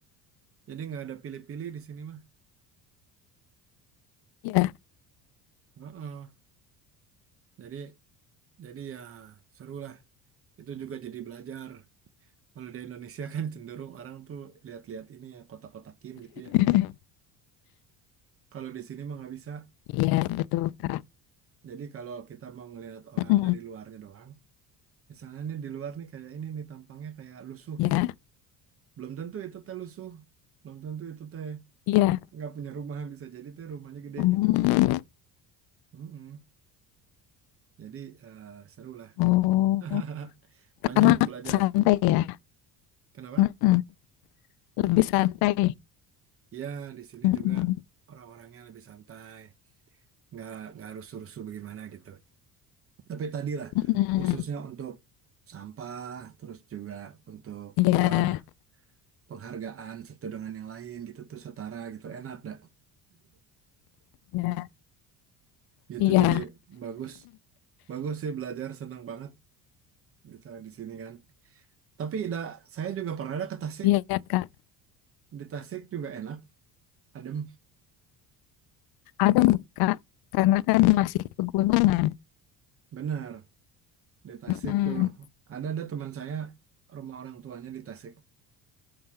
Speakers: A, on the right (about 35°); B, on the left (about 70°).
A: jadi nggak ada pilih-pilih di sini mah
B: iya,
A: Heeh. jadi jadi ya seru lah itu juga jadi belajar kalau di Indonesia <laughs> kan cenderung orang tuh lihat-lihat ini ya kotak-kotakin gitu
B: <laughs>
A: ya kalau di sini mah nggak bisa
B: iya, betul Kak.
A: jadi kalau kita mau ngelihat orang
B: Mm-mm,
A: dari luarnya doang misalnya nih di luar nih kayak ini nih tampangnya kayak lusuh
B: Iya,
A: gitu belum tentu itu teh lusuh belum tentu itu teh
B: iya,
A: ng- nggak punya rumah bisa jadi teh rumahnya gede
B: Mm,
A: gitu Mm-mm. jadi eh, seru lah
B: oh,
A: <laughs>
B: karena
A: banyak belajar
B: santai ya,
A: kenapa
B: Mm-mm, Lebih santai.
A: ya di sini
B: Mm-mm,
A: juga orang-orangnya lebih santai nggak nggak rusuh-rusuh bagaimana gitu tapi tadi lah
B: mm-mm.
A: khususnya untuk sampah terus juga untuk
B: Iya,
A: eh, penghargaan satu dengan yang lain gitu tuh setara gitu enak dah
B: iya,
A: gitu
B: iya,
A: jadi bagus bagus sih belajar senang banget bisa di sini kan Tapi da, saya juga pernah ada ke Tasik.
B: iya Kak.
A: Di Tasik juga enak, adem,
B: Ada Kak, karena kan masih pegunungan.
A: bener. Di Tasik
B: Mm-mm,
A: tuh ada ada teman saya rumah orang tuanya di Tasik.